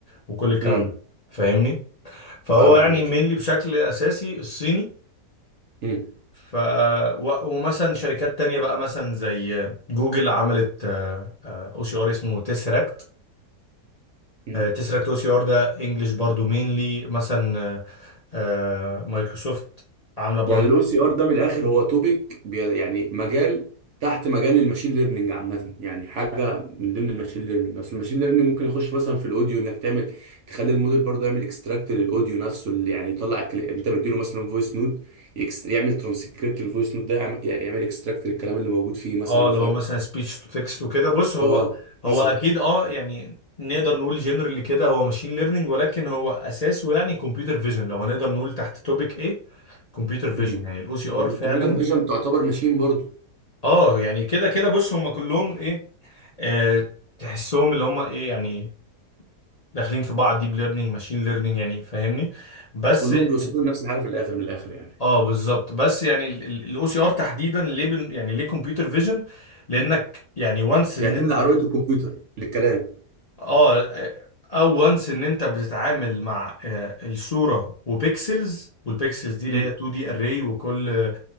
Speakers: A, on the left; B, on the right.
A: وكل الكلام
B: امم
A: ده فاهمني فهو
B: فاهمك
A: يعني
B: يا باشا
A: مينلي بشكل اساسي الصيني
B: امم
A: ف و- ومثلا شركات تانية بقى مثلا زي جوجل عملت او سي ار اسمه تيسراكت
B: امم
A: تيسراكت او سي ار ده انجلش برضو مينلي مثلا آه، آه، مايكروسوفت عاملة برضو
B: يعني الاو سي ار ده من الاخر هو توبيك يعني مجال تحت مجال الماشين ليرنينج عامه يعني حاجه من ضمن الماشين ليرنينج اصل الماشين ليرنينج ممكن يخش مثلا في الاوديو انك تعمل تخلي الموديل برضه يعمل اكستراكت للاوديو نفسه اللي يعني يطلع الكلام انت مديله مثلا فويس نوت يعمل ترانسكريبت للفويس نوت ده يعمل, يعمل اكستراكت للكلام اللي موجود فيه مثلا
A: اه اللي
B: فاهم
A: هو مثلا سبيتش تو تكست وكده بص هو
B: اه
A: هو
B: مثلا
A: اكيد اه يعني نقدر نقول جنرالي كده هو ماشين ليرنينج ولكن هو اساسه يعني كمبيوتر فيجن لو هنقدر نقول تحت توبيك ايه كمبيوتر فيجن
B: امم
A: يعني الاو سي ار
B: الكمبيوتر
A: فعلا
B: فيجن تعتبر ماشين برضه
A: اه يعني كده كده بص هم كلهم ايه آه تحسهم اللي هم ايه يعني داخلين في بعض ديب ليرنينج ماشين ليرنينج يعني فاهمني بس
B: كلهم
A: ال-
B: بيوصلوا لنفس الحاجه في الاخر من الاخر يعني
A: اه بالظبط بس يعني الاو سي ار تحديدا ليه بن يعني ليه كمبيوتر فيجن لانك يعني وانس ان
B: بيعتمد
A: انت
B: على رؤيه الكمبيوتر للكلام
A: اه او وانس ان انت بتتعامل مع آه، الصوره وبيكسلز والبيكسلز دي اللي
B: امم
A: هي 2 دي اري وكل آه،